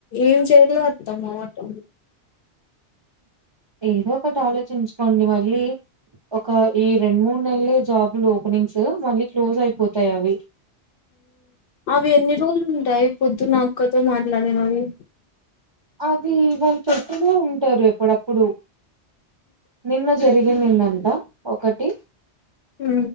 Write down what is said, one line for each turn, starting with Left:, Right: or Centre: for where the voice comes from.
Left: ఏం చేయలో అర్ధం కావాట్ల
Right: ఏదో ఒకటి ఆలోచించుకోండి మళ్ళీ ఒక ఈ రెండు మూడు నెల జాబులు ఓపెనింగ్స్ మళ్ళీ క్లోజ్ అయిపోతాయి అవి
Left: అవి ఎన్ని రోజులు ఉంటాయి పొద్దునక్కతో మాట్లాడినవి
Right: అవి ఇవాళు పెడుతూనే ఉంటారు ఎప్పుడప్పుడు నిన్న జరిగి దంట ఒకటి
Left: ఉ